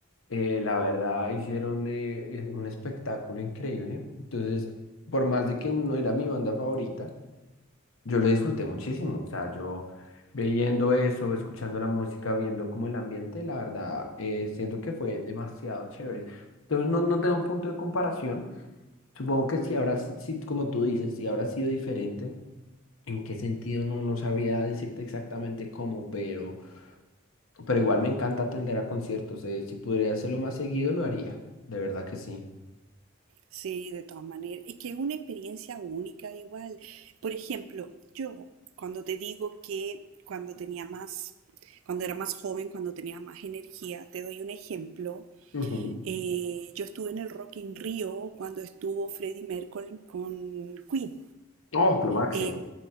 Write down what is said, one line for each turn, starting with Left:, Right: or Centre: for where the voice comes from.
Left: eh, la verdad hicieron eh, eh, un espectáculo increíble, entonces por más de que no era mi banda favorita, yo lo disfruté muchísimo, o sea, yo viendo eso, escuchando la música, viendo como el ambiente, la verdad, eh, siento que fue demasiado chévere. Entonces no, no tengo un punto de comparación. Supongo que si habrá, si, si, como tú dices, si habrá sido diferente, en qué sentido no, no sabría decirte exactamente cómo, pero, pero igual me encanta atender a conciertos. eh, si pudiera hacerlo más seguido, lo haría. De verdad que sí.
Right: Sí, de todas maneras. Es que es una experiencia única igual. Por ejemplo, yo cuando te digo que cuando tenía más, cuando era más joven, cuando tenía más energía, te doy un ejemplo
Left: Ujú.
Right: Eh, yo estuve en el Rock in Rio cuando estuvo Freddie Mercury con Queen.
Left: Oh, lo máximo.
Right: Eh,